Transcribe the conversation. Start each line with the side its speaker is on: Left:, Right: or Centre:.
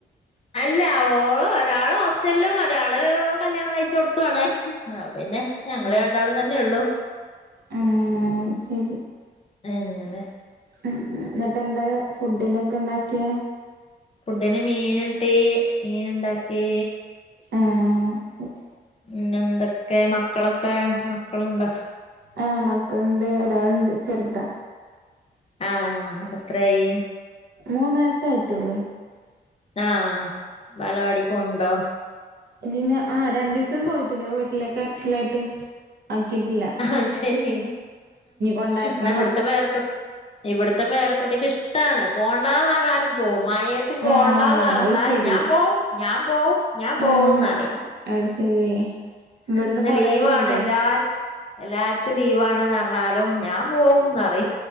Left: അല്ല ഓള് ഒരാള് ഹോസ്റ്റലിലും ഒരാള് കല്യാണം കഴിച്ചോടത്തും ആണ്. ആഹ് പിന്നെ ഞങ്ങള രണ്ടാളും തന്നെ ഉള്ളൂ.
Right: ആഹ് സരി.
Left: അങ്ങനെ
Right: ഇന്ന്ട്ട് എന്തക ഫുഡിനൊക്ക ഇണ്ടാക്ക്യെ?
Left: ഫുഡിന് മീന്ട്ടീ. മീന് ഇണ്ടാക്കീ.
Right: ആഹ്. ശ
Left: പിന്നെ എന്തൊക്കേ മക്കളൊക്കെ. മക്കള്ണ്ടൊ?
Right: ആഹ് മക്കള്ണ്ട്. ഒരാള്ണ്ട് ചെറ്ത.
Left: ആഹ് എത്രായി.
Right: മൂന്ന് വയസ്സായിട്ടൊള്ളൊയ്.
Left: ആഹ് വാലവാടി പോണ് ണ്ടൊ?
Right: ഇല്ല. ആഹ് രണ്ടീസം പോയി. പിന്നെ പോയിട്ടില്ല. കരച്ച്ലായിട്ട് ആക്കീട്ടില്ല.
Left: ആഹ് ശരി.
Right: കൊണ്ടാക്കണം
Left: ഇന്ന ഇവിട്ത്തെ പേരെക്കു ഇവിട്ത്തെ പേരക്കുട്ടിക്ക് ഇഷ്ടാണ്. പോണ്ടാന്നർഞ്ഞാലും പോവും. മഴേ ത്ത് പോണ്ടാന്ന്
Right: ആഹ്
Left: പറഞ്ഞാ
Right: അത് ശരി
Left: ഞാൻ പോവും ഞാൻ പോവും ഞാൻ
Right: ആഹ്
Left: പോവുംന്നറയും.
Right: അത് ശരി ഇവിടുന്ന്
Left: ഇന്ന്
Right: കൊറേണ്ട്
Left: ലീവാണ് എല്ലാർ എല്ലാർക്കും ലീവാണ് ന്നർഞ്ഞാലും ഞാൻ പോവുന്നറയ്